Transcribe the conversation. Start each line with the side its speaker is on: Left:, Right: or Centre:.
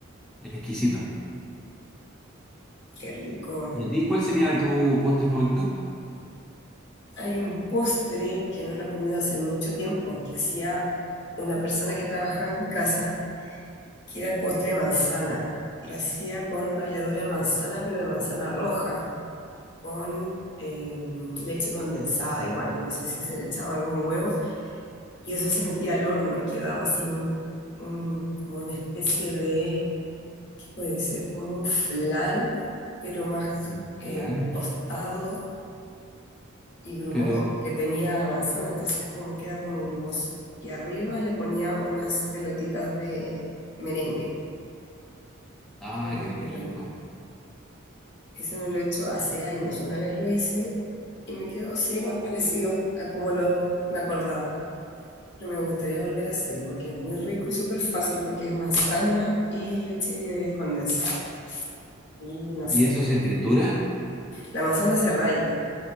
Centre: exquisito.
Left: Qué rico.
Centre: ¿Y a ti cuál sería tu postre favorito?
Left: hay un postre que no lo he comido hace mucho tiempo, que hacía una persona que trabajaba en mi casa, que era el postre de manzana. Lo hacía con ralladura de manzana, pero de manzana roja, con eh, leche condensada igual. No sé si se le echaba algún huevo. Y eso se metía al horno y quedaba así un, un- como una especie de, puede ser como un flan, pero más
Centre: Mm,
Left: eh,
Centre: Claro.
Left: tostado y grumoso,
Centre: Pero,
Left: que tenía manzana, entonces como queda como grumoso. Y arriba le ponía unas pelotitas de merengue
Centre: ah,
Left: y queda
Centre: qué rico.
Left: muy rico. Ese no lo he hecho hace años, una vez lo hice y me quedó así igual parecido a como lo me acordaba. Pero me gustaría volver a hacerlo porque es muy rico y súper fácil porque es manzana y leche condensada. Y no sé,
Centre: ¿Y eso se tritura?
Left: la manzana se raya.